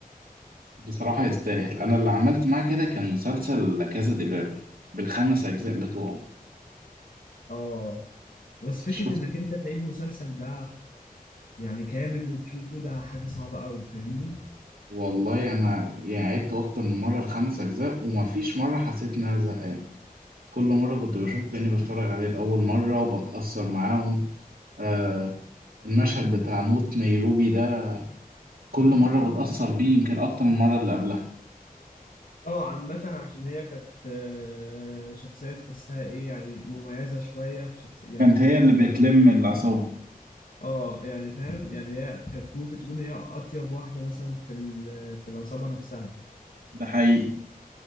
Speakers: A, on the right (about 80°); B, on the left (about 65°).
A: بصراحة يستاهل أنا اللي عملت معاه كده كان مسلسل كازا دي بابل بالخمس أجزاء بتوعه
B: اه بس فكرة
A: شفت
B: انك انت تعيد مسلسل ده يعني كامل وتشوفه ده حاجة صعبة قوي فاهمني
A: والله أنا يعني عدت أكتر من مرة الخمس أجزاء وما فيش مرة حسيت إن أنا زهقان كل مرة كنت بشوفه كأني بتفرج عليه لأول مرة وبتأثر معاهم آه المشهد بتاع موت نيروبي ده كل مرة بتأثر بيه يمكن أكتر من المرة اللي قبلها
B: اه عامة عشان هي كانت آه، شخصية تحسها ايه يعني مميزة شوية في شخصية يعني
A: كانت هي
B: حتى
A: اللي بتلم العصابة
B: اه يعني فاهم يعني هي كانت ممكن تكون هي أطيب واحدة مثلا في ال- في العصابة نفسها
A: ده حقيقي